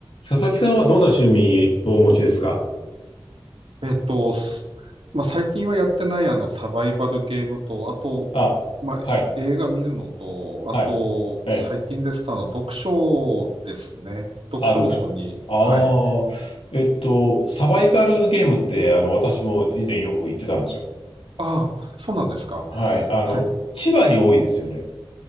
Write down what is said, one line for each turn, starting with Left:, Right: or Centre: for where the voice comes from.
Left: 佐々木さんはどんな趣味をお持ちですか
Right: えっと、すまあ、最近はやってないあのサバイバルゲームと、あと、
Left: あ、
Right: まあ、
Left: はい、
Right: え映画見るのと、あと、
Left: はい、え
Right: 最近ですとあの読書ですね。読書の方に、
Left: あ、読書。ああ、
Right: はい。
Left: えっと、サバイバルゲームって、あの、私も以前よく行ってたんですよ。
Right: ああ、そうなんですか。
Left: はい、あの、
Right: はい。
Left: 千葉に多いですよね。